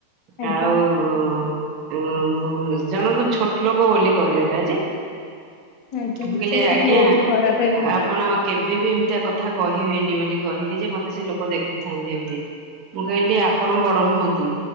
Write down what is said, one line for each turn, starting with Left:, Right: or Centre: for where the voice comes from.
Left: ଆଜ୍ଞା
Right: ଆଉ ହଁ ଅଁ, ଜଣଙ୍କୁ ଛୋଟ ଲୋକ ବୋଲି କହିଦେଲା ଯେ
Left: ଆଜ୍ଞା
Right: ମୁଁ କହିଲି
Left: ସେଇଟା
Right: ଆଜ୍ଞା
Left: ତ ବହୁତ
Right: ଆ,
Left: ଖରାପ ଏମିତି
Right: ଆପଣ କେବେ ବି ଏମିତିଆ କଥା କହିବେନି ବୋଲି କହିଲି ଯେ, ମୋତେ ସେ ଲୋକ ଦେଖୁଥାନ୍ତି ଏମିତି। ମୁଁ କହିଲି ଆପଣ ବଡ ନୁହନ୍ତି,